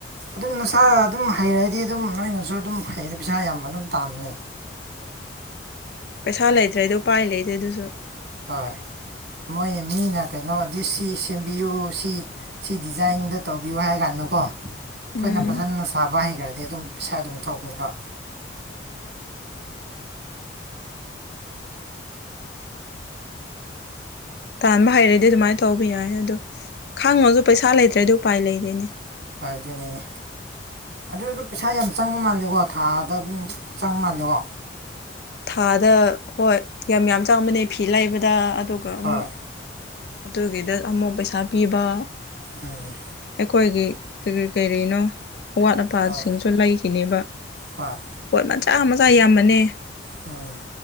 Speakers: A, on the right; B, on the left.
A: ꯑꯗꯨꯝ ꯅꯁꯥ ꯑꯗꯨꯝ ꯍꯩꯔꯗꯤ ꯑꯗꯨꯝ ꯅꯣꯏꯅꯁꯨ ꯑꯗꯨꯝ ꯍꯩꯔꯗꯤ ꯄꯩꯁꯥ ꯌꯥꯝ ꯑꯗꯨꯝ ꯇꯥꯝꯕꯅꯤ
B: ꯄꯩꯁꯥ ꯂꯩꯇ꯭ꯔꯦꯗꯣ ꯎꯄꯥꯏ ꯂꯩꯗꯦ ꯑꯗꯨꯁꯨ
A: ꯍꯣꯏ ꯃꯣꯏꯅ ꯃꯤꯅ ꯀꯩꯅꯣꯗꯤ ꯁꯤ ꯁꯦꯝꯕꯤꯌꯨ ꯁꯤ ꯁꯤ ꯗꯤꯖꯥꯏꯟꯗ ꯇꯧꯕꯤꯌꯨ ꯍꯥꯏ ꯀꯥꯟꯗꯀꯣ ꯑꯩꯈꯣꯏꯅ
B: ꯎꯝ
A: ꯐꯖꯅ ꯁꯥꯕ ꯍꯩꯈ꯭ꯔꯗꯤ ꯑꯗꯨꯝ ꯄꯩꯁꯥ ꯑꯗꯨꯝ ꯊꯣꯛꯀꯅꯤꯀꯣ
B: ꯇꯥꯟꯕ ꯍꯩꯔꯗꯤ ꯑꯗꯨꯃꯥꯏꯅ ꯇꯧꯕ ꯌꯥꯏ ꯑꯗꯨꯗꯣ ꯈꯥꯡꯉꯣꯁꯨ ꯄꯩꯁꯥ ꯂꯩꯇ꯭ꯔꯗꯤ ꯎꯄꯥꯏ ꯂꯩꯗꯦꯅꯦ
A: ꯍꯥꯏꯗꯨꯅꯤꯅꯦ ꯑꯗꯨꯗꯣ ꯄꯩꯁꯥ ꯌꯥꯝ ꯆꯪꯕ ꯃꯥꯜꯂꯦꯀꯣ ꯊꯥꯗ ꯑꯗꯨꯝ ꯆꯪꯕ ꯃꯥꯜꯂꯦꯀꯣ
B: ꯊꯥꯗ ꯍꯣꯏ ꯌꯥꯝ ꯌꯥꯝ ꯆꯥꯡꯕꯅꯦ ꯐꯤ ꯂꯩꯕꯗ ꯑꯗꯨꯒ ꯑꯃꯨꯛ
A: ꯍꯣꯏ
B: ꯑꯗꯨꯒꯤꯗ ꯑꯃꯛ ꯄꯩꯁꯥ ꯄꯤꯕ
A: ꯑ
B: ꯑꯩꯈꯣꯏꯒꯤ ꯀꯔꯤꯅꯣ ꯑꯋꯥꯠ ꯑꯄꯥꯁꯤꯡꯁꯨ
A: ꯑꯣ
B: ꯂꯩꯈꯤꯅꯦꯕ
A: ꯍꯣꯏ
B: ꯄꯣꯠ ꯃꯆꯥ ꯃꯆꯥ ꯌꯥꯝꯕꯅꯦ
A: ꯎꯝ